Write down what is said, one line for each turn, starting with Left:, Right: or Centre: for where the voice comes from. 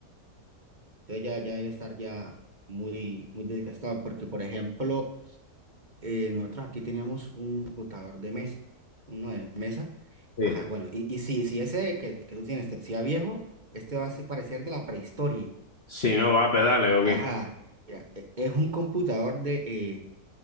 Right: entonces ya, ya debe estar ya muy, muy desgastado, porque por ejemplo, eh, nosotros aquí teníamos un computador de mesa, uno de mesa,
Left: Sí.
Right: ajá, bueno, y, y si, si ese que, que tú tienes te parecía viejo, este va a ser- parecer de la prehistoria,
Left: Si no va a pedales o
Right: ajá,
Left: qué.
Right: ya, e- es un computador de eh,